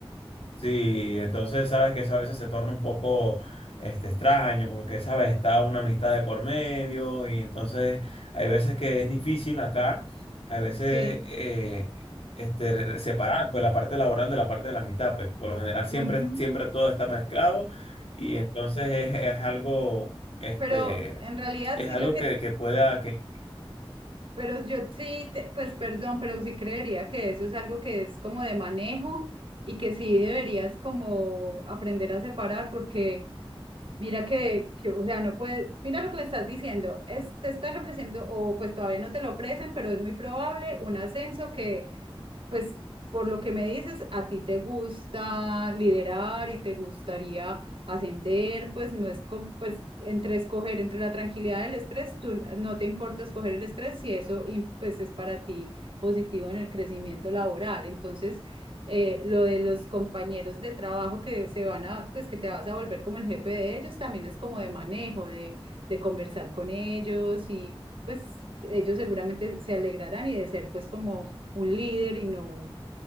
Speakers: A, on the left; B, on the right.
A: Sí, entonces sabes que eso a veces se torna un poco este, extraño porque, sabes, está una amistad de por medio y entonces hay veces que es difícil acá, hay veces
B: Sí.
A: eh, este, re- separar pues la parte laboral de la parte de la amistad, pues por lo general siempre,
B: ujú.
A: siempre todo está mezclado y entonces es, es algo, este,
B: Pero en realidad
A: es
B: sí
A: algo
B: lo que,
A: que, que pueda, que,
B: pero yo sí, te- pues perdón, pero sí creería que eso es algo que es como de manejo y que sí deberías como aprender a separar porque... Mira que, que, o sea, no puedes, mira lo que me estás diciendo, es, te están ofreciendo, o pues todavía no te lo ofrecen, pero es muy probable un ascenso que pues por lo que me dices, a ti te gusta liderar y te gustaría ascender, pues no es como, pues entre escoger entre la tranquilidad del estrés, tú no te importa escoger el estrés si eso y, pues es para ti positivo en el crecimiento laboral. Entonces, eh, lo de los compañeros de trabajo que se van a, pues que te vas a volver como el jefe de ellos, también es como de manejo, de, de conversar con ellos y pues ellos seguramente se alegrarán y de ser pues como un líder y no,